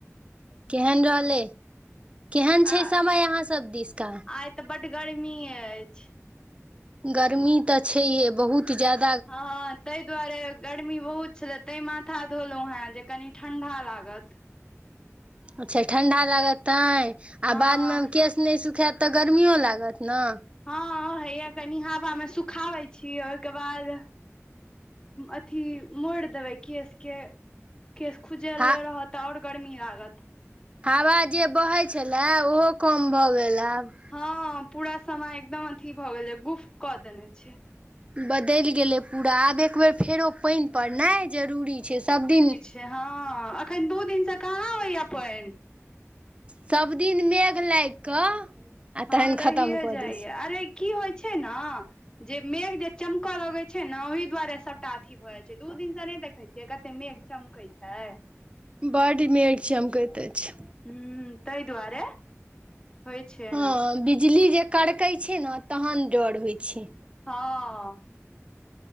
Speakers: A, on the right; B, on the left.
A: केहन रहलै केहन छै
B: आ
A: समय अहाँ सब दिश का
B: आइ तऽ बड्ड गर्मी अछि
A: गर्मी तऽ छैहे बहुत जादा
B: हँ तहि दुआरे गर्मी बहुत छलए तैं माथा धोलहुॅं हेँ जे कनि ठंडा लागत
A: अच्छा ठंडा लागतआ तैं आ
B: हँ
A: बाद में केस नै सुखायत तऽ गर्मियो लागत न
B: हँ हइए कनि हाबा में सुखाबै छी ओहिके बाद अथी मोइड़ देबै केश के केश खुजल
A: हा
B: रहत तऽ ओर गरमी लागत
A: हावा जे बहै छलए ओहो कम भऽ गेल आब
B: हँ पूरा समय एकदम अथी भऽ गेल गुफ कऽ देने छै
A: बदइल गेलै पूरा आब एकबेर फेरो पानि परनाइ जरूरी छै सबदिन
B: जे हँ अखन दू दिनसँ कहाँ अबइ अपन
A: सबदिन मेघ लाइग कऽ आ
B: हँ
A: तखन
B: रहिए
A: खतम कऽ
B: जाइया
A: दै छै
B: अरे की होइ छै ने जे मेघ जे चमकऽ लगै छ ने ओहि दुआरे सबटा अथी की भऽ जाइ छै दू दिन से नै देखै छियै कते मेघ चमकै छै
A: बड मैड चमकेत अछि
B: हूं तहि दुआरे होइ छै एना
A: हँ बिजली जे कड़कै छै ने तहन डर होइ छै
B: हँ